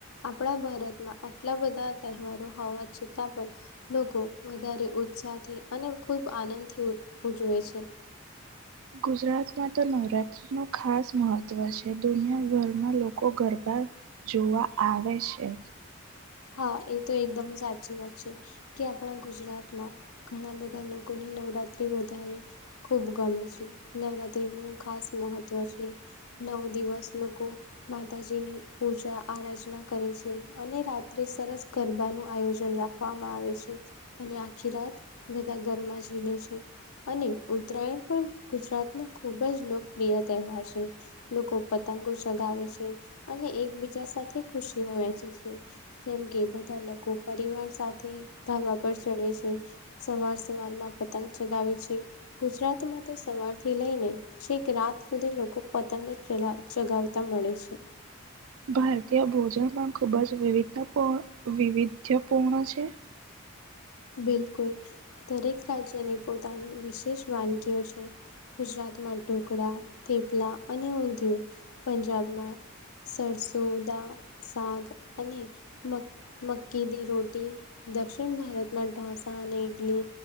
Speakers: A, on the left; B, on the right.
A: આપણા ભારતમાં આટલા બધા તહેવારો હોવા છતાં પણ લોકો વધારે ઉત્સાહથી અને ખૂબ આનંદથી ઉજવે છે.
B: ગુજરાત માં તો નવરાતત્રી નું ખાસ મહત્વ છે. દુનિયાભરમાં લોકો ગરબા જોવા આવે છે.
A: હા એ તો એકદમ સાચી વાત છે. કે આપણા ગુજરાતમાં ઘણા બધા લોકોની નવરાત્રી વધારે ખૂબ ગમે છે નવરાત્ર્રી નું ખાસ મહત્વ છે. નવ દિવસ લોકો માતાજીની પૂજા આરાધના કરે છે. અને રા સરસ ગરબાનુંું આયોજન રાખવામાં આવે છે અને આખી રાત બધા ઘરમાં ઝીલે છે અને ઉત્તરાયણ પણ ગુજરાતનો ખૂબ જ લોકપ્રિય તહેવાર છે લોકો પતંગો ચગાવે છે અને એકબીજા સાથે ખુશીઓ વહેંચે છે જેમ કે બધા લોકો પરિવાર સાથે ધાબા પર ચડે છે સવાર સવાર પતંગ ચગાવે છે ગુજરાતમાં તો સવારથી લઈને છે કે રાત સુધી લોકો પતંગ ચગાવતા મળે છે
B: ભારતીય ભોજન પણ ખૂબ જ વિવિધતાપૂર્ણ વિવિધ્યપૂર્ણ છે
A: બિલકુલ દરેક રાજ્યની પોતાની વિશેષ વાનગીઓ છે ગુજરાતમાં ઢોકળા થપલા અને ઊંધિયું પંજાબમાં સરસોદા સાગ અને મક્કી દ રોટી દક્ષિણ ભારત માં ઢોંસા અને ઇડલી